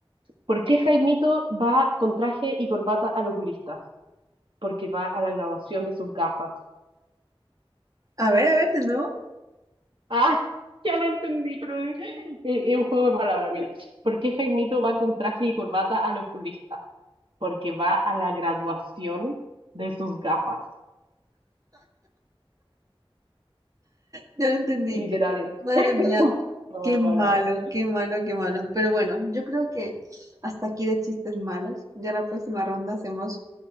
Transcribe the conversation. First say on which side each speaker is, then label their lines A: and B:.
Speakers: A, on the right; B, on the right.
A: ¿por qué Jaimito va con traje y corbata al oculista? Porque va a la graduación de sus gafas.
B: A ver, a ver, de nuevo.
A: Ah, <laughs> ya lo entendí, pero es, es- es un juego de palabras, mira. ¿Por qué Jaimito va con traje y corbata al oculista? Porque va a la graduación de sus gafas.
B: Ya lo entendí.
A: Literal,
B: Madre
A: <laughs>
B: mía,
A: un juego
B: qué
A: de
B: malo,
A: palabras.
B: qué malo, qué malo. Pero bueno, yo creo que hasta aquí de chistes malos. Ya la próxima ronda hacemos